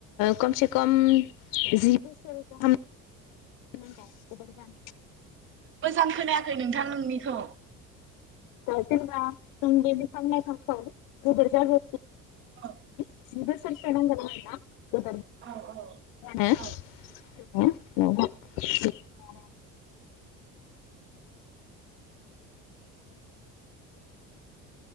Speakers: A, on the left; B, on the right.
A: खमसे खम जि बोसोर गाहाम <unintelligible>
B: मोजां खोनायाखै नोंथां नोंनिखौ
A: दा जेनबा नों बे बिफां लायफांखौ गोदेर जाजासिम
B: औ
A: <unintelligible>
B: औ
A: <unintelligible>
B: औ
A: <inaudible> <unintelligible> <unintelligible> <unintelligible> <unintelligible>